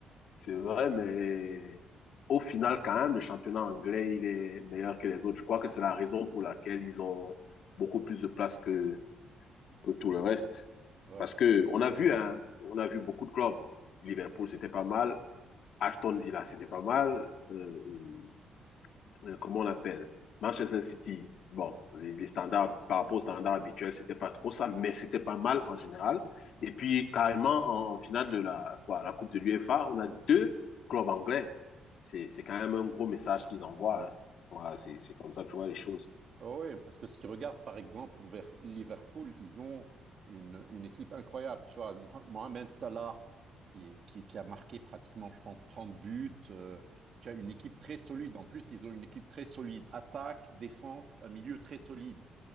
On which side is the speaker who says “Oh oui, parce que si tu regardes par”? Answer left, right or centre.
Right